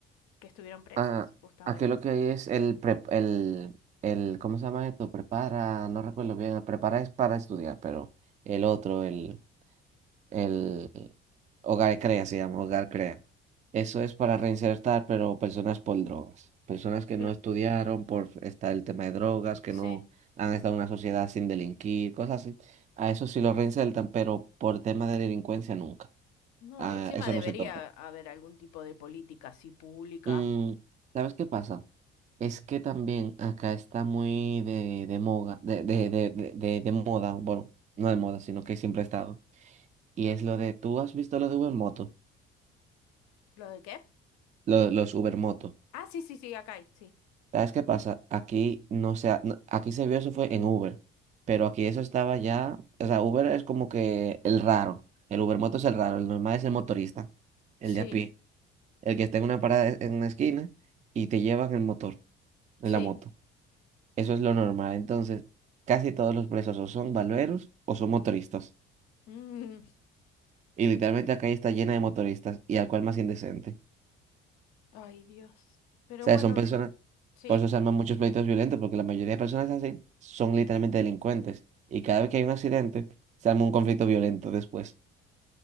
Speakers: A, on the left (about 60°); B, on the right (about 25°).
A: que estuvieron presos,
B: Ah,
A: justamente.
B: aquí lo que hay es el, prep- el, el, ¿cómo se llama esto? Prepara, no recuerdo bien. Prepara es para estudiar, pero el otro, el... el Hogar Crea, se llama Hogar Crea. Eso es para reinsertar, pero personas por drogas, personas que
A: Cla-
B: no estudiaron por estar el tema de drogas, que
A: Sí.
B: no han estado en una sociedad sin delinquir, cosas así. A eso sí lo reinsertan, pero por tema de delincuencia nunca.
A: No,
B: A
A: y encima
B: eso
A: debería
B: no se toca.
A: haber algún tipo de política así pública.
B: Mm, ¿sabes qué pasa? Es que también acá está muy de, de moda, de, de, de, de, de- de moda, bueno, no de moda, sino que siempre ha estado. Y es lo de, ¿tú has visto lo de Ubermoto?
A: ¿Lo de qué?
B: lo- los Uber Moto.
A: Ah, sí, sí, sí, acá hay, sí.
B: ¿Sabes qué pasa? Aquí no se, ha- no- aquí se vio eso fue en Uber, pero aquí eso estaba ya, o sea, Uber es como que el raro, el Uber Moto es el raro, el normal es el motorista,
A: Sí,
B: el de a pie, el que está en una parada e, en una esquina y te llevan el motor, en
A: sí.
B: la moto. Eso es lo normal. Entonces, casi todos los presos o son valveros o son motoristas.
A: Mm,
B: Y literalmente acá está llena de motoristas y al cual más indecente.
A: Ay, Dios. Pero
B: O sea,
A: bueno,
B: son personas,
A: mm, sí.
B: por eso se arman muchos pleitos violentos, porque la mayoría de personas así son literalmente delincuentes. Y cada vez que hay un accidente, se arma un conflicto violento después.